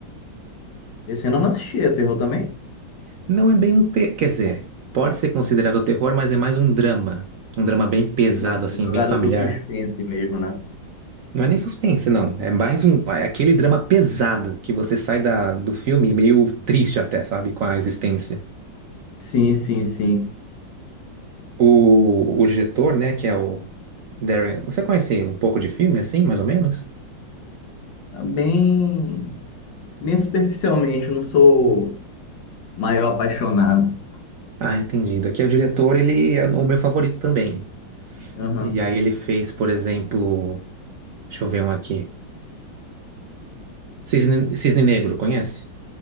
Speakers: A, on the left; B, on the right.
A: Esse eu ainda não assisti, é terror também?
B: Não é bem um te... Quer dizer, pode ser considerado terror, mas é mais um drama. Um drama bem pesado,
A: É jo-
B: assim,
A: Jogado
B: bem familiar.
A: pro suspense mesmo, né?
B: Não é nem suspense, não. É mais um... É aquele drama pesado que você sai da... do filme meio triste até, sabe? Com a existência.
A: Sim, sim, sim.
B: O... o diretor, né, que é o Darren... Você conhece um pouco de filme, assim, mais ou menos?
A: Tá Bem, bem superficialmente, não sou Maior Apaixonado.
B: Ah, entendido. Aqui é o diretor, ele é o meu favorito também.
A: Aham.
B: E aí ele fez, por exemplo... Deixa eu ver um aqui. Cisne, Cisne Negro, conhece?